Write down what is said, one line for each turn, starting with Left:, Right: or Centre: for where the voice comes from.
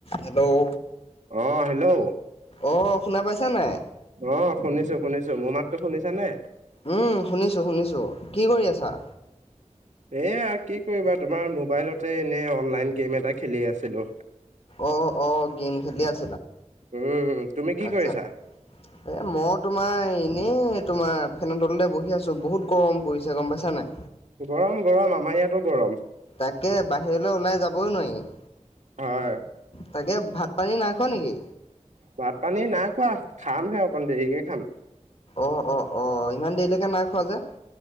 Left: হেল্ল'
Right: অূহ হেল্ল'
Left: অ' শুনা পাইছা নাই?
Right: অহ শুনিছো শুনিছো মোৰ মাতো শুনিছা নে
Left: উম শুনিছোঁ শুনিছো কি কৰি আছা
Right: এয়া কি কৰিবা তোমাৰ মোবাইলতে এনে অনলাইন গেম এটা খেলি আছিলো
Left: অ অ গেম খেলি আছে
Right: উম তুমি কি
Left: আচ্ছা
Right: কৰিছা?
Left: এ মই তোমাৰ নাই এনেই তোমাৰ ফেনৰ তলতে বহি আছো বহুত গৰম পৰিছে গম পাইছা নাই
Right: গৰম গৰম আমাৰ ইয়াতো গৰম
Left: তাকে বাহিৰলৈ ওলাই যাবই নোৱাৰি
Right: হয়
Left: তাকে ভাত পানী নাই খোৱা নেকি?
Right: ভাত পানী নাক কোৱা খাম সে অকণ দেৰিকে খাম
Left: অ অ অ ইমান দেৰিলৈকে নাই খোৱা যে